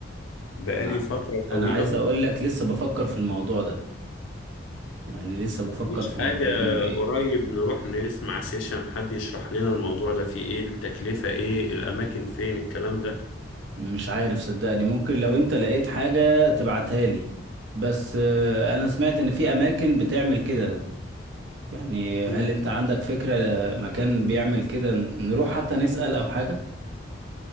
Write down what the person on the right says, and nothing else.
انا
أنا عايز اقول لك لسه بفكر في الموضوع ده يعني لسه بفكر
في
موضوع الام بي اي
مش عارف صدقني ممكن لو انت لقيت حاجه تبعتها لي بس آه، انا سمعت ان في اماكن بتعمل كده يعني
هل انت عندك فكره مكان بيعمل كده نروح حتى نسال او حاجه